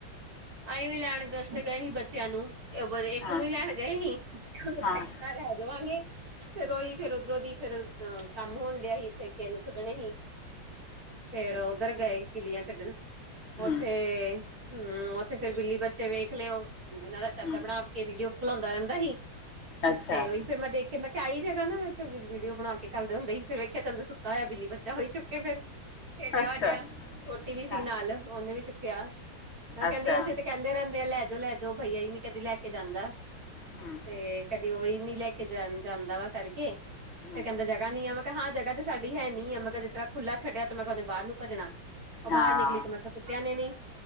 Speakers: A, on the right; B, on the left.
A: ਅਸੀਂ ਵੀ ਲੈਣ ਦੱਸ ਗਏ ਸੀ ਬੱਚਿਆਂ ਨੂੰ। ਇੱਕ
B: ਹਾਂ,
A: ਨੂੰ ਹੀ ਲੈਣ ਗਏ ਸੀ ਐਕਸਟਰਾ
B: ਹਾਂ,
A: ਲੈ ਜਾਵਾਂਗੇ। ਫਿਰ ਉਹੀ ਫਿਰ ਉਧਰੋਂ ਦੀ ਫਿਰ ਕੰਮ ਹੋਣ ਕਿਸੇ ਨੂੰ ਸਦਨੇ ਸੀ। ਫਿਰ ਉੱਧਰ ਗਏ ਕਿੱਲੀਆਂ ਛੱਡਣ।
B: ਹੂੰ,
A: ਉੱਥੇ ਹੂ ਉੱਥੇ ਫਿਰ ਬਿੱਲੀ ਬੱਚੇ ਵੇਖ ਲਿਓ ਇਹਨਾਂ ਦਾ ਚਾਚਾ
B: ਹੂੰ,
A: ਬਣਾ। ਵੀਡੀਓ ਖੁਲਾਉਂਦਾ ਰਹਿੰਦਾ ਸੀ
B: ਅੱਛਾ,
A: ਤੇ ਉਹੀ। ਫਿਰ ਦੇਖ ਮੈਂ ਕਿਹਾ ਆਈ ਜਗਾ ਨਾ ਵੀਡੀਓ ਬਣਾ ਕੇ ਕੁਲ ਦੇ ਹੁੰਦੇ ਸੀ ਫਿਰ ਵੇਖਿਆ ਤੈਨੂੰ ਸੁੱਤਾ ਹੋਇ ਬਿੱਲੀ ਬੱਚਾ ਹੋਈ ਚੁੱਕੇ ਫਿਰ। ਖੇਡਿਆ
B: ਅੱਛਾ,
A: ਵਡਿਆ ਛੋਟੀ ਵੀ ਸੀ
B: ਹਾਂ,
A: ਨਾਲ ਉਹਨੇ ਵੀ ਚੁੱਕਿਆ ਉਹ ਕਹਿੰਦੀ
B: ਅੱਛਾ,
A: ਅਸੀਂ ਤੇ। ਕਹਿੰਦੇ ਰਹਿੰਦੇ ਆ ਲੈ ਜਾਓ ਲੈ ਜਾਓ ਭਈਆ ਨੀ ਕਹਿੰਦੀ ਲੈ ਕੇ ਜਾਂਦਾ
B: ਹੂੰ,
A: ਤੇ। ਕਦੇ ਉਹੀ ਨੀ ਲੈ ਕੇ ਜਾਂਦਾ ਵਾ ਕਰਕੇ ਫਿਰ
B: ਹੂੰ,
A: ਕਹਿੰਦਾ। ਨੀ ਆ ਮੈਂ ਕਿਹਾ ਹਾਂ ਜਗ੍ਹਾ ਤੇ ਸਾਡੀ ਹੈ ਨੀ ਮੈਂ ਜਿਸਰ੍ਹਾਂ ਖੁੱਲਾ ਛੱਡਿਆ ਤਾਂ ਮੈਂ ਕਿਹਾ ਉਹੇ ਬਾਹਰ ਨੂੰ ਭਜਣਾ ਉਹ
B: ਹਾਂ,
A: ਬਾਹਰ ਨਿਕਲ। ਮਤਲ ਕੁੱਤਿਆਂ ਨੇ ਨੀ